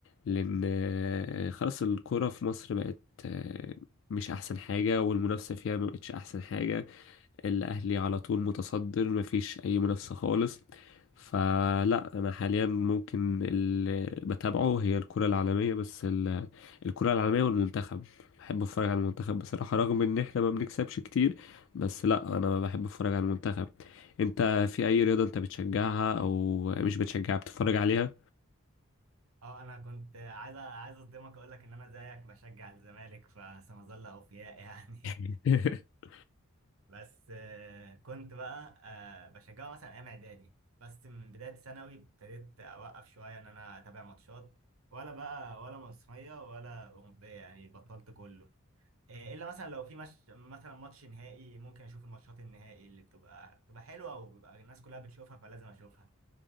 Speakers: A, on the left (about 60°); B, on the right (about 80°).
A: لأن آه، خلاص الكرة في مصر بقت آه، مش أحسن حاجة والمنافسة فيها ما بقتش أحسن حاجة الأهلي على طول متصدر مفيش أي منافسة خالص فلا أنا حاليا ممكن اللي بتابعه هي الكرة العالمية بس ال- الكرة العالمية والمنتخب بحب أتفرج على المنتخب بصراحة رغم إن إحنا ما بنكسبش كتير بس لا أنا بحب أتفرج على المنتخب أنت في أي رياضة أنت بتشجعها أو مش بتشجعها بتتفرج عليها؟
B: اه انا كنت عايز عايز اصدمك اقول لك ان انا زيك بشجع الزمالك فسنظل اوفياء يعني
A: <laughs>
B: <laughs> بس آه، كنت بقى آه، بشجعه مثلا ايام اعدادي بس من بدايه ثانوي ابتديت اوقف شويه ان انا اتابع ماتشات ولا بقى ولا مصريه ولا اوروبيه يعني بطلت كله آه، الا مثلا لو في مش مثلا ماتش نهائي ممكن اشوف الماتشات النهائي اللي بتبقى بتبقى حلوه وبيبقى الناس كلها بتشوفها فلازم اشوفها